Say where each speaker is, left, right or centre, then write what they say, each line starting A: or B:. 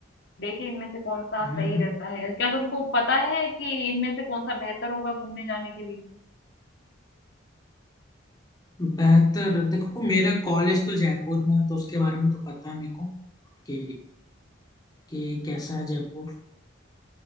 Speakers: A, on the left (about 55°); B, on the left (about 20°).
A: देखिए इनमें से कौन सा
B: हम्म
A: सही रहता है क्या तुमको पता है कि इनमें से कौन सा बेहतर होगा घूमने जाने के लिए
B: बेहतर देखो मेरा कॉलेज तो जयपुर में है तो उसके बारे में तो पता है मेरे को कि कि कैसा है जयपुर